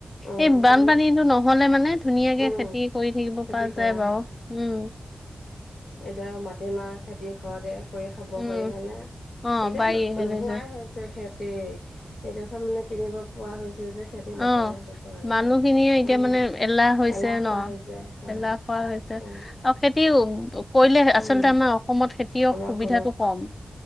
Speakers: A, on the left (about 80°); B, on the left (about 35°).
A: উম,
B: এই বানপানীটো
A: টাউন
B: নহ'লে মানে ধুনীয়াকে
A: উম
B: খেতি কৰি থাকিব
A: খেতি
B: পৰা
A: কৰা
B: যায় বাৰু,
A: হয়
B: উম।
A: এতিয়া মাটিমাহ খেতি ঘৰতে কৰি খাব
B: উম
A: পাৰি হয়নে,
B: অ
A: এতিয়া
B: পাৰি
A: নোহোৱাই
B: সেইটো যে
A: হৈছে। খেতি এতিয়া চব মানে কিনিব পোৱা হৈছে যে। খেতি নকৰাই
B: অ'
A: হৈছে মানুহে
B: মানুহখিনিয়ে এতিয়া
A: উম
B: মানে এলাহ হৈছ ছে ন'
A: কৰা হৈছে হয়
B: এলাহ খোৱা হৈছে।
A: উম
B: আৰু খেতি কৰিলে
A: উম
B: আচলতে আমাৰ অসমত খেতিৰ
A: আমাৰ
B: সুবিধাটো
A: অসমত
B: কম।